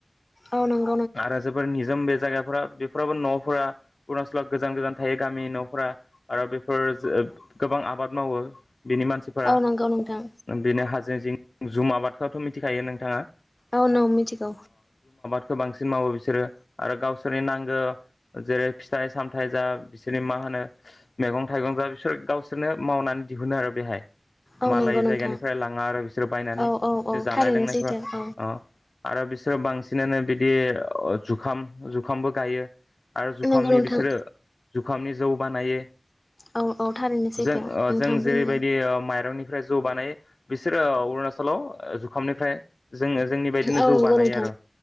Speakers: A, on the left (about 40°); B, on the left (about 85°).
A: औ नंगौ।
B: आरो जोबोर निजम बे जायगाफोरा बेफोरावो न'फोरा अरुणाचलाव गोजान-गोजान थायो गामि न'फोरा आरो बेफोर ओ गोबां आबाद मावो। बिनि मानसिफोरा
A: नंगौ नोंथां
B: बेनो हाजो जिं जुम आबादखौथ' मिथिखायो नोंथाङा?
A: औ आं मिथिगौ।
B: खौ बांसिन मावो बिसोरो आरो गावसोरनि नांगो जेरै फिथाइ सामथायाइ जा बिसोरनि मा होनो मैगं-थाइगं जा बिसोर गावसोरनो माव नानै दिहुनो आरो बेहाय।
A: औ
B: मालाय
A: नंगौ नोंथां
B: जायगानिफ्राय लाङा आरो बिसोरो बायनानै
A: औ औ औ
B: जानाय
A: थारैनो
B: लोंनायफोरा
A: सैथो औ
B: ओ आरो बिसोरो बांसिनानो बिदि जुखाम-जुखामबो गायो। आरो जुखामनि
A: नंगौ नोंथां
B: बिसोरो जुखामनि जौ बानायो।
A: औ औ थारैनो सैथो
B: जों ओ
A: नोंथां
B: जों
A: बुंनाया
B: जेरैबायदि माइरंनि फ्राय जौ बानायो बिसोरो ओ अरुणाचलाव जुखामनिफ्राय जोङो जोंनि बायदिनो
A: औ
B: जौ
A: नंगौ
B: बानायो
A: नोंथां
B: आरो।